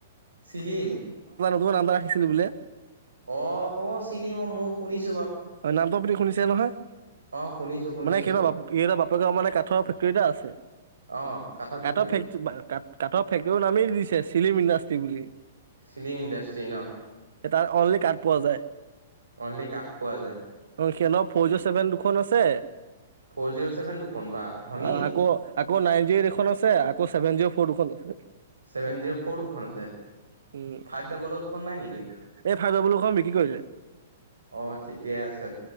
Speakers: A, on the right (about 85°); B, on the right (about 70°).
A: চিলিম।
B: তোমাৰ আম <unintelligible> ৰাখিছিলোঁ বোলে?
A: অ অ চিলি মই মই শুনিছো।
B: অ নামটো আপুনি শুনিছে নহয়।
A: অ শুনিছো শুনিছো
B: মানে সা বাপ এইটা বাপেগাঁৱৰ মানে কাঠৰ ফেকটাৰি এটা আছে
A: অ ফেক্টৰী
B: কাঠৰ ফেক্ট ক কাঠৰ ফেক্টৰী নামেই দিছে চিলিম ইণ্ডাষ্ট্ৰি বুলি।
A: ফিলিম ইণ্ডাষ্ট্ৰ্ৰী ন
B: তাৰ অনলি কাঠ পোৱা যায়।
A: অনলি কাপ পোৱা যায়।
B: অ, ফ'ৰ জ চছেভেন দুখন আছে।
A: ফ'ৰ জিৰ' ছেভেন দুখন বা ধনী
B: অ আকৌ আকৌ নাইন জি দেখন আছে আকৌ চছেভেন জি ফটোখন আছে।
A: চেভেন জিৰ' ফৰ দুখন আছে।
B: উম এই
A: ফাইভ ডাবলৰ দুখন নাই নেকি
B: ফাৰজ বলু খ বিক্ৰী কৰিলে
A: অ ঠিকে আছে